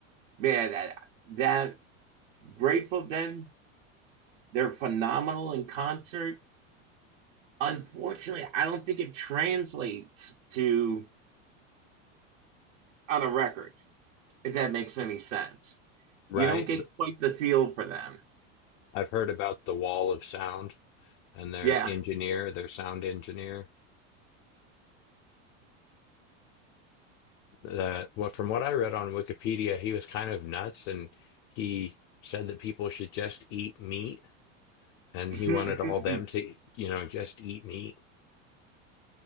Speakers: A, on the right; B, on the left.
A: man, that, that Grateful Dead, they're phenomenal in concert Unfortunately, I don't think it translates to on a record, if that makes any sense.
B: right?
A: You don't get
B: Th-
A: quite the feel for them.
B: I've heard about the wall of sound and their
A: Yeah.
B: engineer, their sound engineer. That what from what I read on Wikipedia, he was kind of nuts, and he said that people should just eat meat, and
A: <laughs>
B: he wanted all them to, you know, just eat meat.